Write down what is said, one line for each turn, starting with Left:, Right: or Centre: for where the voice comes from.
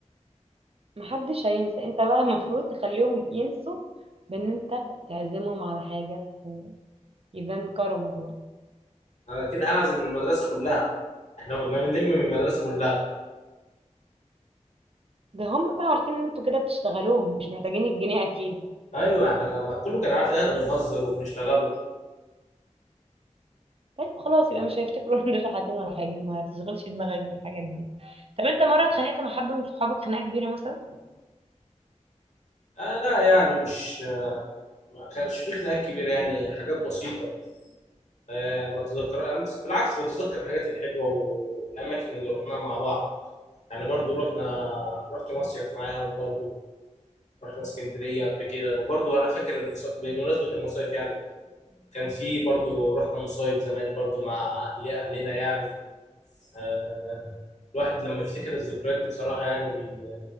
Right: محدش هينسى أنت بقى المفروض تخليهم ينسوا بإن أنت تعزمهم على حاجة ويبان كرمك بقى
Left: انا كده هعزم من المدرسه كلها احنا كنا بنلم من المدرسه كلها
Right: ده هم بقى عارفين إن أنتوا كده بتشتغلوهم مش محتاجين الجنيه أكيد
Left: ايوه احنا ما كله كان عارف ان احنا بنهزر وبنشتغلوا
Right: طيب خلاص يبقى مش هيفتكروا ان دول حاطين ولا حاجه ما تشغلش دماغك بالحاجات دي طب انت مره اتخانقت مع حد من صحابك خناقه كبيره مثلا
Left: آه لا يعني مش ما كانش في خناقات كبيره يعني حاجات بسيطه آه ما تذكر أنا بس- بالعكس بتذكر الحاجات الحلوه والاماكن اللي رحناها مع بعض يعني برضو رحنا رحت مصيف معاهم برضو رحنا اسكندريه قبل كده وبرضو انا فاكر المص... بمناسبه المصايف يعني كان في برضو رحنا مصايف زمان برضو مع اهلي اهلنا يعني آه، الواحد لما يفتكر الذكريات دي بصراحة يعني بي-